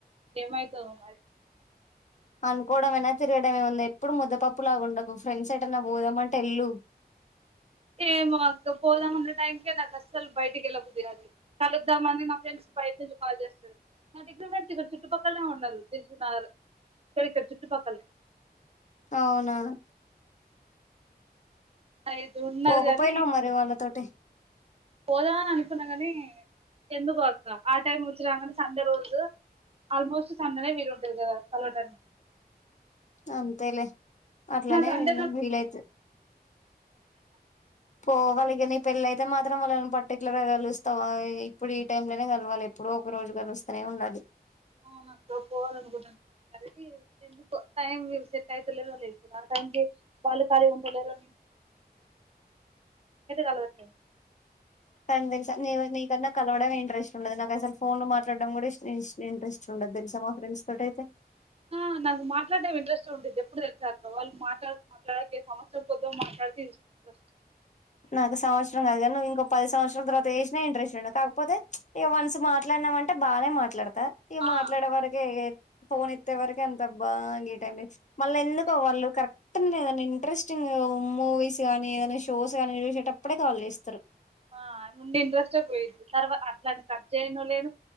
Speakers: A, on the right; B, on the left.
A: ఏమయితావో మరి <inaudible>
B: అనుకోవడంమయినా తిరగడమేముంది ఎప్పుడు ముద్దపప్పు లా ఉండకు ఫ్రెండ్స్ ఏటైన్నా పోదామంటే ఎల్లు
A: <inaudible> ఏమో అక్క పోదాం అన్న టైమ్ కే నాకు అస్సలు బయటికి వెళబుద్దుగాదు కలుద్దామని నా ఫ్రెండ్స్ బయట నుంచి కాల్ చేస్తారు నా దగ్గర వెన్ ఇక్కడ చుట్టుపక్కలనే ఉన్నారు తిసన్నారు ఎక్కడిక్కడే చుట్టుపక్కలేనే
B: అవునా
A: అయిదు ఉన్నారు
B: పోకపోయినావు
A: గానీ,
B: మరి వాళ్ళతోటి
A: పోదామని అనుకున్నా కాని ఎందుకో అక్క ఆ టైం వచ్చిరాంగానే సండే రోజు ఆల్మోస్ట్ సండనే వీలు ఉంటది కదా కలవడానికి
B: అంతేలే అట్లనే
A: సండే
B: వీల్ అయితది.
A: అ
B: పో వాళ్ళకి నీ పెళ్ళ అయితే మాత్రం వాళ్ళని పర్టిక్యులర్ గా కలుస్తావా ఇప్పుడు ఈ టైమ్ లోనే కలవాలి ఎప్పుడు ఒక రోజు గారు వస్తనే ఉండాలి.
A: ఆ నాకు పోవాల అనుకుంటున్నాను అది ఏంటి ఎందుకో టైం చూసి చెత్త్ అయిత లేదు వాళ్ళు వెళ్లిన టైముకి. వాళ్ళ కాలీ ఉంటలెరో కలవట్లేదు
B: కన్వీన్సషన్ ఏ ఒన్ ఐ ఇ నా కలవడం ఇంట్రెస్ట్ ఉండదు నాకు అసలు ఫోన్ లో మాట్లాడడం కూడా ఇస్ట్ ఇస్ ఇంట్రెస్ట్ ఉండదు తెలుసా. మా ఫ్రెండ్స్ తోట అయితే
A: ఆ నాకు మాట్లాడటడం ఇంట్రెస్ట్ ఉంటది ఎప్పుడు తెలిసాక వాళ్ళు మాట్లా మాట్లాడక ఏ సంవత్సరం పొద్దో మాట్లాడితే రస్ట్
B: నాకు సంవత్సరం కాగానే నువ్వేంకో పది సంవత్సరాల తర్వాత తెసినా ఇంట్రెస్ట్ ఉండ కాకపోతే చ్ ఇక వన్స్ మాట్లాడినాం అంటే బానే మాట్లాడత. త ఇగ
A: ఆ
B: మాట్లాడే వరకే ఫోన్ ఎత్తే వరకే ఎంతబ్ బా ఈ టైమ్ మళ్ళ ఎందుకో
A: నే
B: వాళ్ళు కరెక్ట్ న ఏదైనా ఇంట్రెస్టింగ్ మూవీస్ గానీ ఏదైనా షోస్ న జూషెటప్పుడె కాల్ ఏస్తరు
A: ఆ ముండి ఇంట్రెస్టే పోయిద్ది తర్వ అట్లాని కట్ చేయను లేను